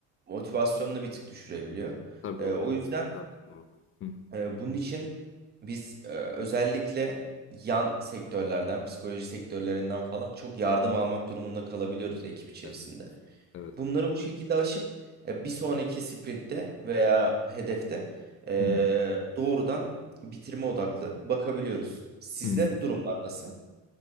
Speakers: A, on the right; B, on the left.
A: motivasyonunu bir tık düşürebiliyor.
B: Tabii
A: E,
B: olabilir.
A: o yüzden
B: Gayet normal. Hı hı.
A: ee, bunun için biz e, özellikle yan sektörlerden, psikoloji sektörlerinden falan çok yardım almak durumunda kalabiliyoruz ekip içerisinde.
B: Evet. Evet,
A: Bunları
B: evet.
A: bu şekilde aşıp e, bir sonraki sprintte veya hedefte e,
B: Hı hı.
A: doğrudan bitirme odaklı bakabiliyoruz. Sizde
B: Hı hı.
A: durumlar nasıl?